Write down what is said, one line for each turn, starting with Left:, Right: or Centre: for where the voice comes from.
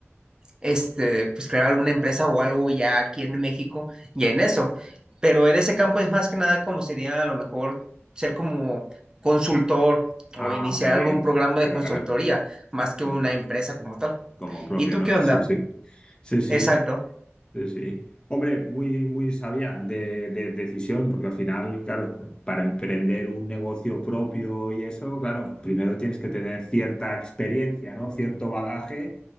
Right: este, pues crear alguna empresa o algo ya aquí en México ya en
Left: Claro.
Right: eso. Pero en ese campo es más que nada como sería a lo mejor ser como consultor
Left: Ah,
Right: o iniciar
Left: muy
Right: algún
Left: bien.
Right: programa
Left: Claro,
Right: de consultoría,
Left: claro.
Right: más que
Left: Claro.
Right: una empresa como tal.
Left: Como propia,
Right: ¿Y tú
Left: ¿no?
Right: qué onda?
Left: Sí, sí. Sí, sí.
Right: Exacto.
Left: Sí, sí. Hombre, muy, muy sabia de, de decisión, porque al final, claro, para emprender un negocio propio y eso, claro, primero tienes que tener cierta experiencia, ¿no? Cierto bagaje,